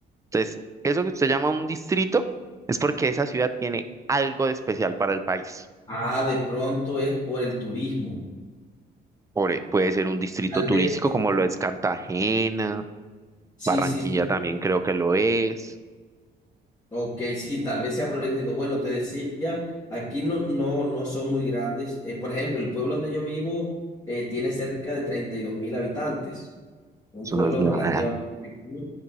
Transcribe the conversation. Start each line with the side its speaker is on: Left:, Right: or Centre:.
Right: Entonces, eso que usted llama un distrito es porque esa ciudad tiene algo de especial para el país.
Left: Ah, de pronto es por el turismo.
Right: Por e- puede ser un distrito
Left: Tal
Right: turístico
Left: vez por...
Right: como lo es Cartagena,
Left: Sí,
Right: Barranquilla
Left: sí, sí.
Right: también creo que lo es.
Left: Ok, sí, tal vez sea por el distrito. Bueno, te decía, aquí no, no, no son muy grandes. Eh, por ejemplo, el pueblo donde yo vivo eh, tiene cerca de treinta y dos mil habitantes, un
Right: Eso
Left: pueblo
Right: no es nada.
Left: relativamente pequeño.